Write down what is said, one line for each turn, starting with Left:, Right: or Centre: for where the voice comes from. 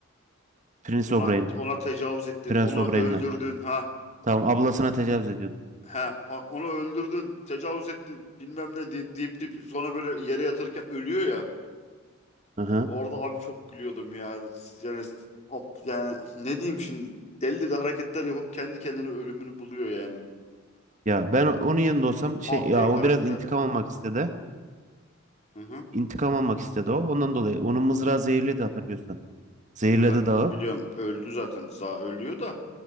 Right: Prince O'Brien.
Left: Ona, ona tecavüz ettin,
Right: Prince
Left: onu
Right: O'Brien'le.
Left: öldürdün ha.
Right: Tamam ablasına tecavüz ediyordu.
Left: Ha, o- onu öldürdün, tecavüz ettin, bilmem ne deyip, deyip deyip sonra böyle yere yatırırken ölüyor ya.
Right: Hı hı.
Left: Orada abi çok gülüyordum ya. Yani, hop, yani ne diyeyim şimdi? Deli deli hareketler yapıp kendi kendine ölümünü buluyor yani.
Right: Ya ben onun yanında olsam
Left: Tak
Right: şey ya
Left: diye karakter.
Right: o biraz intikam almak istedi.
Left: Hı hı.
Right: İntikam almak istedi o. Ondan dolayı onun mızrağı zehirledi hatırlıyorsan. Zehirledi
Left: Zaten
Right: dağı.
Left: biliyorum öldü zaten. Daha ölüyor da